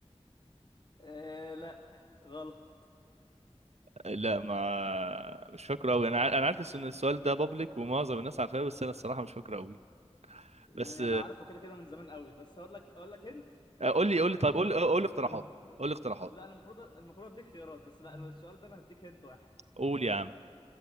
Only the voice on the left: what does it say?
آه لا غلط
يعني
انا عارفه كده كده من زمان قوي بس هقول لك اقول لك انت
مش
هديك
خيارات
الم... قول
لا أنا المفروض المفروض اديك خيارات بس لا السؤال ده انا هديك هنت واحد